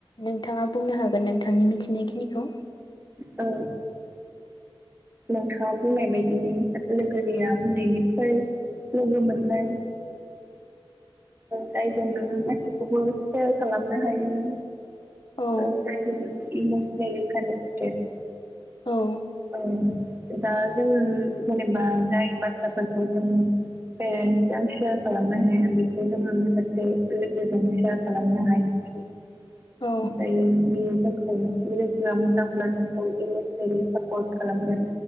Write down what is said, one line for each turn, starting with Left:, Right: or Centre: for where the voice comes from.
Left: नोंथाङा बुंनो हागोन नोंथांनि मिथिनायखिनिखौ
Right: औ नोंथाङा बुंनाय बायदिनो लोगो दैया उन्दैनिफ्राय लोगो मोननाय जायजों नोङो गासैखौबो सेयार खालामनो हायो।
Left: औ
Right: ओ जायजों नोङो इमसनेलि कानेक्टेत
Left: औ
Right: औ दा जोङो जेनेबा जाय बाथ्राफोरखौ जों पेरेन्स जों सेयार खालामनो हाया बेखौ जोङो माखासे लोगोजों सेयार खालामनो हायो आरो
Left: औ
Right: ओमफ्रायो बियो जोंखौ लोगोआ मोजांब्ला जोंखौ इमसनेलि सापर्ट खालामगोन